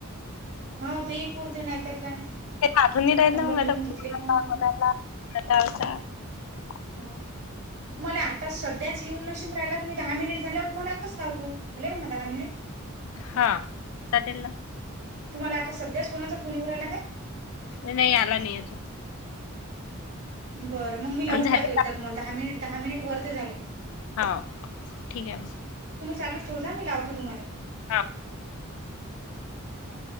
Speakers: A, on the right; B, on the left.
A: हा तेही पुरते नाहीतर काय?
B: आठवून नि रायेत
A: नंबर
B: ना मग आताणाला
A: लिहून घेतले की मग
B: कोणाला
A: बरं.
B: <unintelligible>
A: ह मला आता सध्याच येऊन न. <unintelligible> दहा मिनिट झाल्यावर तम्हालाच लावतो झाले म दहा मिनिट.
B: हा चालेल ना.
A: तुम्हाला आता सध्याच कोुणाचा फोन येउ राहियला काय?
B: नाही आला नाही अजून.
A: बरं मग मी लावून
B: झाले
A: पाहते एकदा
B: का
A: तुम्हाला, दहा मिनिट दहा मिनिट वर ते झाले.
B: हा ठीके.
A: मी चालच ठेउजा मी लावतो तुम्हाला.
B: हा.
A: हो.